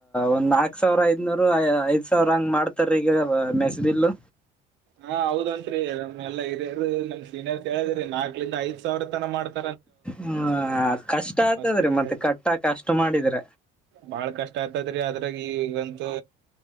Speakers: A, in the centre; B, on the right (about 65°).
A: ಒಂದ್ ನಾಕ್ ಸಾವ್ರ ಐದನೂರು <unintelligible> ಐದ್ ಸಾವ್ರ ಹಂಗ್ ಮಾಡ್ತಾರ ಈಗ ಅ ಮೆಸದೀಲ್ಲು
B: ಹಾ ಹೌದಂತ್ರಿ ನಮ್ ಎಲ್ಲ ಹಿರಿಯರ ನಮ್ ಸೀನಿಯರ್ಸ್ ಹೇಳಿದರಿ ನಾಕ್ಲ ಇಂದ ಐದ ಸಾವ್ರ ತನ ಮಾಡ್ತ
A: ಹ ಕಷ್ಟ ಆತದ್ರಿ
B: ಮಸ್ತಿನಾಗ
A: ಮತ್ತ ಕಟ್ಟಾಕ ಅಷ್ಟ ಮಾಡಿದ್ರ
B: ಬಾಳ ಕಷ್ಟ ಆಯತದ್ರಿ ಅದ್ರಾಗ ಈಗಂತೂ